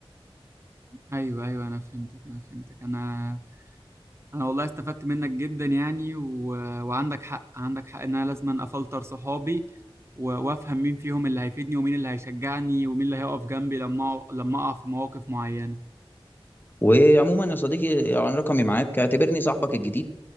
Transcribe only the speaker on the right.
ايوه ايوه انا فهمتك انا فهمتك انا انا والله استفدت منك جدا يعني و... وعندك حق عندك حق ان انا لازم افلتر صحابي و... وافهم مين فيهم اللي هيفيدني ومين اللي هيشجعني ومين اللي هيقف جنبي لما أع- لما اقع في مواقف معينة